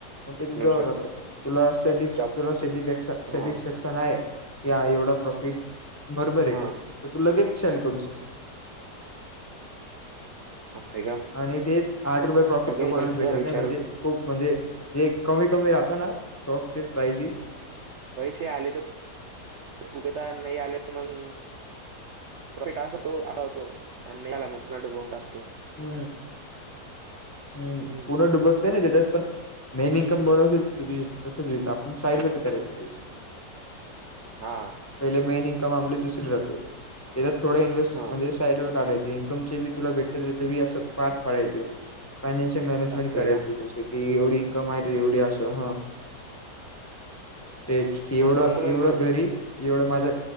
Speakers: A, on the left; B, on the right.
A: मग ते तुझ्या
B: म्हणू
A: वर
B: शकतो.
A: राहतं, तुला असथेटीक
B: शॉप
A: तुला सिटी बॅक
B: हां,
A: नुकसान आहे, की ह एवढा प्रॉफिट बरोबर आहे,
B: हां,
A: तर तू लगेच सेल करू शकत.
B: असे का
A: आणि तेच आठ रुपये प्रॉफिट
B: बघेन
A: तर कोणाला
B: पण तुम्हाला
A: भेटत
B: विचारून.
A: नाही मध्ये खूप म्हणजे जे कमी कमी राहत ना स्टॉकचे प्राइजिस
B: पैसे आले तर खूपे तर नाही आले तर मग प्रॉफिट असा तो असा होतो आणिला मुकण डुकवून टाकतो
A: हू हू
B: हं,
A: पूर्ण डुबत नाही ना त्याच्यात पण मेन इन्कम भरोस्याची तुझी तस होईल आपण साइडमध्ये करायच
B: हा
A: पहिले मेन इन्कम आमली दुसरी राहते त्याच्यात थोड इन्हेस्ट
B: हां,
A: म्हणजे साईडवर काम जी इन्कमचे तुला भेटती त्याच असे पार्ट पाडायचे फायनान्शियल मॅनेजमेंट
B: असं
A: करायचं
B: आहे का?
A: दुसरी कि एवढी इन्कम आहे तू एवढी असं हा तेच की एवढं
B: मग तुम्ही मुलाला
A: एवढं
B: कळव.
A: घरी एवढं माझं